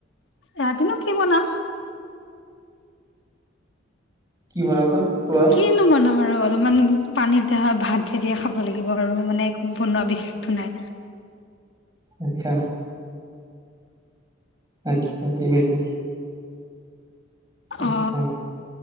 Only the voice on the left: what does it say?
ৰাতিনো কি বনাম?
কিনো বনাম আৰু অলপমান পানীতিয়া ভাত দিয়ে খাব লাগিব আৰু মানে একো বনোৱা বিশেষটো নাই।
অ।